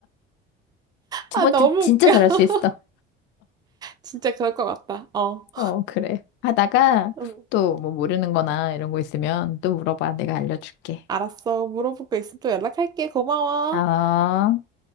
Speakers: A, on the left; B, on the right.
A: 두
B: 아,
A: 번째
B: 너무
A: 진짜
B: 웃겨. <laughs>
A: 잘할 수 있어.
B: 진짜 그럴 것 같다. 어.
A: 어, 그래. 하다가
B: 음,
A: 또 뭐 모르는 거나 이런 거 있으면 또 물어봐. 내가 알려줄게.
B: 알았어. 물어볼 거 있으면 또 연락할게. 고마워.
A: 어.